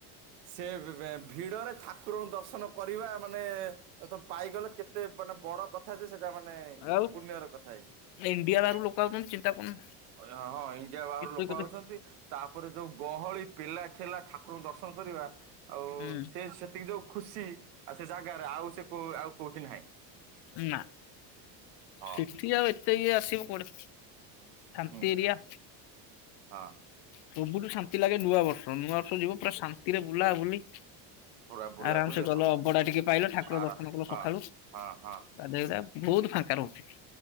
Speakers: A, on the right; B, on the left.
A: ସେ ଏ ବେ ଭିଡରେ ଠାକୁରଙ୍କ ଦର୍ଶନ କରିବା ମାନେ ତ ତ ପାଇଗଲ କେତେ ମାନେ ବଡ କଥା ଯେ ସେଟା ମାନେ ମାନେ
B: ଆଉ
A: ଇପୁଣ୍ୟ ର କଥା ହେଇ
B: ଇଣ୍ଡିଆ ବାହାରୁ
A: ମୁଁ
B: ଲୋକ ଆଉଛନ୍ତି ଚିନ୍ତା କରୁନୁ
A: କହିଲି ହଁ ଇଣ୍ଡିଆ ବାହାରୁ
B: କେତେ
A: ଲୋକ
B: କେତେ
A: ଆଉଛନ୍ତି। ତାପରେ ଯୋଉ ଗହଳି ପେଲା ଢେଲା ଠାକୁରଙ୍କୁ ଦର୍ଶନ କରିବା ଆଉ
B: ହୁଁ
A: ସେ ସେ ସିଏ ଯୋଉ ଖୁସି ଆ ସେ ଜାଗାରେ ଆଉ ସେ କୋ ଆଉ କୋଉଠି ନାହିଁ।
B: ନା
A: ହଁ
B: ସେଠି ଆଉ ଏତେ ଇଏ ଆସିବ କୋଆଡେ। ଶାନ୍ତିରିଆ
A: ହୁଁ ହଁ।
B: ସବୁଠୁ ଶାନ୍ତି ଲାଗେ ନୂଆ ବର୍ଷ, ନୂଆବର୍ଷକୁ ଯିବ ପୁରା ଶାନ୍ତି ରେ ବୁଲାବୁଲି।
A: ପୁରା ବୁଲାବୁଲି
B: ଆରାମସେ ଗଲ
A: ହଁ
B: ଅ ବଡା ଟିକେ ପାଇଲ ଠାକୁର
A: ଆରାମ
B: ଦର୍ଶନ କଲ
A: ହଁ
B: ସକାଳୁ ଗାଧେଇ
A: ହଁ ହଁ
B: ଗୁଧା ବହୁତ ଫାଙ୍କା ରହୁଛି।